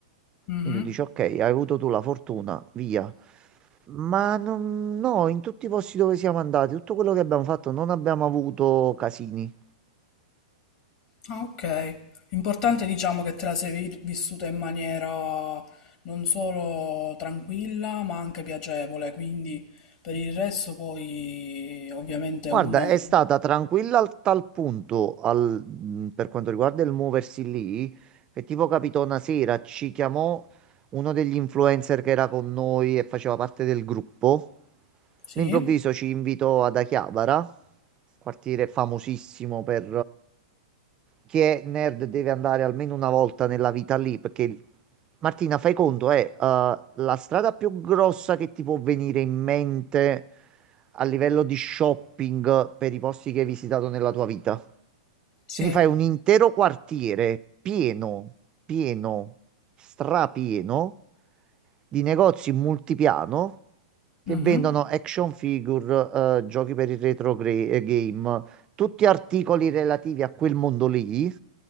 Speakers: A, on the left (about 50°); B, on the right (about 25°).
A: Mhm.
B: Quindi dici, ok, hai avuto tu la fortuna, via. Ma non- no, in tutti i posti dove siamo andati, tutto quello che abbiamo fatto, non abbiamo avuto casini.
A: Ah, ok. L'importante diciamo che te la sei vi- vissuta in maniera non solo tranquilla, ma anche piacevole, quindi per il resto poi ovviamente
B: Guarda,
A: uno...
B: è stata tranquilla al tal punto al- mh, per quanto riguarda il muoversi lì, che tipo capitò una sera, ci chiamò uno degli influencer che era con noi e faceva parte del gruppo.
A: Sì,
B: All'improvviso ci invitò ad Achiabara, quartiere famosissimo per che è nerd deve andare almeno una volta nella vita lì, perché Martina, fai conto, è eh, uh, la strada più grossa che ti può venire in mente a livello di shopping per i posti che hai visitato nella tua vita.
A: sì.
B: Quindi fai un intero quartiere pieno, pieno, strapieno di negozi multipiano che
A: Mhm.
B: vendono action figure, eh, giochi per il retro gra- eh, game, tutti articoli relativi a quel mondo lì